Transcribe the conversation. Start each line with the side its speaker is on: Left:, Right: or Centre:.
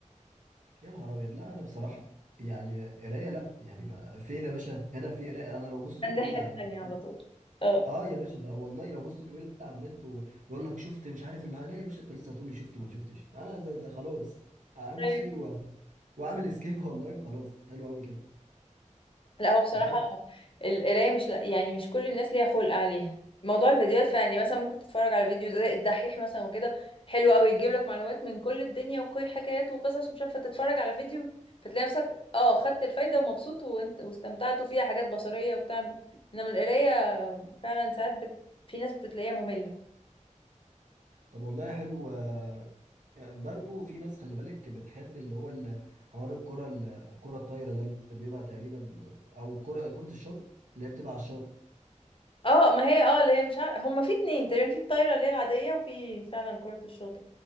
Right: يا نهار ابيض لا انا بصراحه يعني قرايه لا يعني ما فين يا باشا هنا في قرايه انا لو بصت طويل
Left: الناحية
Right: على
Left: التانية
Right: النت
Left: على طول اه
Right: اه يا باشا بقى والله لو بصت طويل على النت و- ويقول لك شفت مش عارف اللي لا يا باشا انت لسه هتقول لي شفت وما شفتش انا ده ده خلاص امشي
Left: ايوه
Right: و... واعمل سكيب <laughs> والله وخلاص حلو قوي كده
Left: لا هو بصراحة
Right: وفاهم
Left: القراية مش لا يعني مش كل الناس ليها خلق عليها موضوع الفيديوهات فعلا يعني مثلا ممكن تتفرج على فيديو زي الدحيح مثلا وكده حلو قوي يجيب لك معلومات من كل الدنيا وكل حكايات وقصص ومش عارفة تتفرج على فيديو فتلاقي نفسك اه خدت الفايدة ومبسوط وانت واستمتعت وفيها حاجات بصرية وبتاع انما القراية فعلا ساعات بت... في ناس بتلاقيها مملة
Right: طب والله حلو آه، آه، برضو في ناس خلي بالك بتحب اللي هو ال- حوار الكره ال- الكره الطايره ده اللي بيبقى تقريبا او كره كره الشاطئ اللي هي بتبقى على الشاطئ
Left: اه ما هي اه اللي هي مش عارفه هما في اتنين تقريبا في الطايره اللي هي العاديه وفي فعلا كره الشاطئ